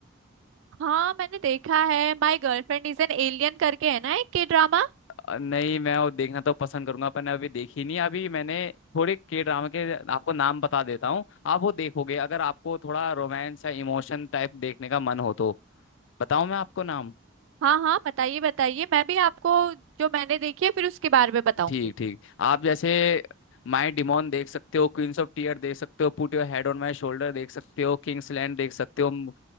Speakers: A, on the right (about 65°); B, on the left (about 60°).
A: हाँ मैंने देखा है my girlfriend is an alien करके है ना एक के ड्रामा
B: अ, नहीं मैं वो देखना तो पसंद करूंगा पर अभी देखी नहीं अभी मैंने थोड़े के ड्रामा के आपको नाम बता देता हूँ आप वो देखोगे अगर आपको थोड़ा रोमांस या इमोशन टाइप देखने का मन हो तो बताऊं मैं आपको नाम
A: हाँ हाँ बताइए बताइए मैं भी आपको जो मैंने देखी है फिर उसके बारे में बताऊंगी
B: ठीक ठीक आप जैसे माई डिमोन देख सकते हो क्वींस ऑफ टीयर देख सकते हो put your head on my shoulder देख सकते हो किंग्स लैंड देख सकते हो म-